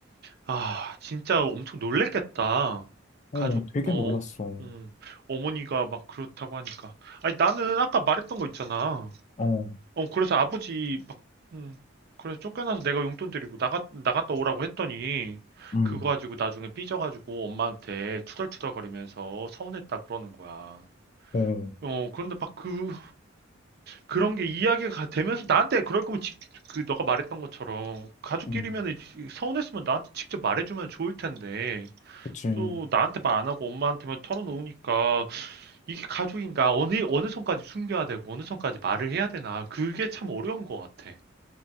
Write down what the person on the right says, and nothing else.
아, 진짜 엄청 놀랬겠다.
가족
어,
음, 어머니가 막 그렇다고 하니까. 아니, 나는 아까 말했던 거 있잖아.
어, 그래서 아버지 막 음, 그래서 쫓겨나서 내가 용돈 드리고 나갔 나갔다 오라고 했더니
그거 가지고 나중에 삐져가지고 엄마한테 투덜투덜거리면서 서운했다 그러는 거야.
어, 그런데 막 그, 그런 게 이야기가 되면서 나한테 그럴 거면 직, 그 너가 말했던 것처럼 가족끼리면
서운했으면 나한테 직접 말해주면 좋을 텐데
또 나한테 말 안 하고 엄마한테만 털어놓으니까 이게 가족인가 어느 어느 선까지 숨겨야 되고 어느 선까지 말을 해야 되나 그게 참 어려운 것 같아.